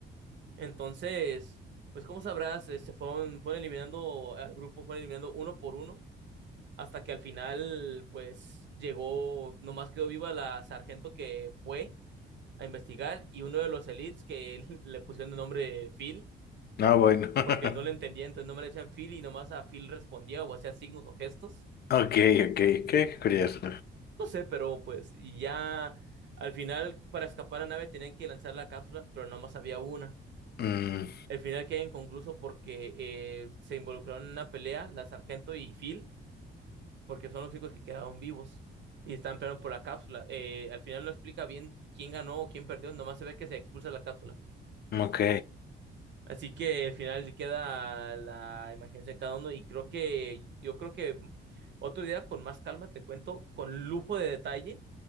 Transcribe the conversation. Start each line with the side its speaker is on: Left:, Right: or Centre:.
Right: Entonces, pues como sabrás, este, fueron, fueron eliminando al grupo, fueron eliminando uno por uno hasta que al final, pues llegó, nomás quedó viva la sargento que fue a investigar y uno de los elites que <laughs> le pusieron de nombre Phil
Left: No, bueno. <laughs>
Right: porque no le entendía, entonces no me le decían Phil y nomás a Phil respondía o hacía signos o gestos.
Left: Ok, ok. Qué curioso.
Right: No sé, pero pues, y ya al final para escapar a la nave tenían que lanzar la cápsula, pero nomás había una.
Left: Mm,
Right: El final queda inconcluso porque eh, se involucraron en una pelea, la sargento y Phil, porque son los únicos que quedaron vivos y estaban peleando por la cápsula. Eh, al final no explica bien quién ganó o quién perdió, nomás se ve que se expulsa la cápsula.
Left: ok.
Right: Así que al final queda la imaginación de cada uno y creo que yo creo que otro día con más calma te cuento con lujo de detalle